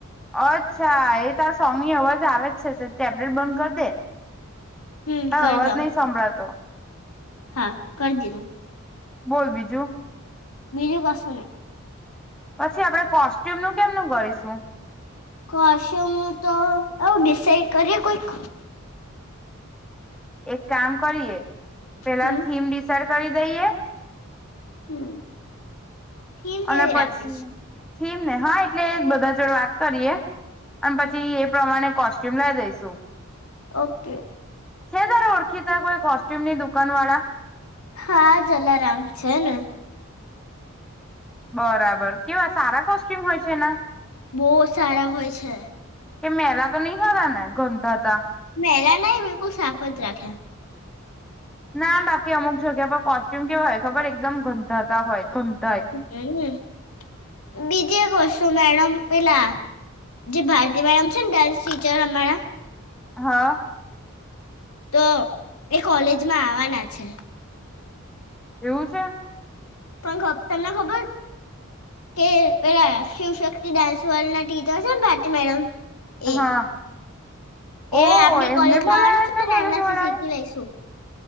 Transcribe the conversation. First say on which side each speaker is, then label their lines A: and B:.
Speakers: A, in the centre; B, on the left.
A: અચ્છા એ તારા સ્વામી અવાજ આવે જ છે ટેબલેટ બંધ કરી દે.
B: હમ
A: તાર
B: કરી
A: અવાજ
B: દઉં
A: નહી સાંભળાતો.
B: હા કરી દીધું.
A: બોલ બીજું.
B: બીજું કસું નહિ.
A: પછી આપડે કોસ્ટ્યુમ નું કેમનું કરીશું?
B: કોશ્યુમ તો આવું ડિસઇડ કરીએ કોઈક?
A: એક કામ કરીએ પેલા
B: હમ
A: થીમ ડિસાઇડ કરી દઈએ.
B: હમ. થીમ કેવી
A: અને પછી
B: રાખીશ
A: થીમ ને હા એટલે બધા જોડ વાત કરીએ. અને પછી એ પ્રમાણે કોસ્ટ શિમલા દઈસું.
B: ઓકે.
A: છે તારે ઓળખીતા કોઈ? કોસ્ટ્યુમની દુકાન વાળા
B: હા જલારામ છે ને. <inaudible>
A: બરાબર કેવા સારા કોશ <unintelligible> હોય છે.
B: બો સારા હોય છે.
A: કે મેલા તો નહીં ખરાને ગંધાતા.
B: પે
A: ના બાકી અમુક જગ્યા પર કોસ્ટ્યુમ કેવા હોય ખબર એકદમ ગંદા હતા હોય ગા
B: <unintelligible> બીજી એક વસ્તુ મેડમ પેલા જે ભારતી મેડમ છે ને ડાન્સ ટીચર અમારા.
A: હા.
B: તો એ કોલેજમાં આવવાના છે.
A: એવું છે.
B: પણ ખ તમને ખબર કે પેલા શિવશક્તિ ડન્સ <unintelligible> ના ટીચર છે ને ભારતી મેડમ. એ
A: હા.
B: એ
A: ઓ
B: આપડી
A: એમને
B: કોલેજમાં
A: બોલાયા
B: આવવાનું છે ને
A: કોલેજ
B: એમનાથી
A: વાળા
B: શીખી
A: એ
B: લઈશું.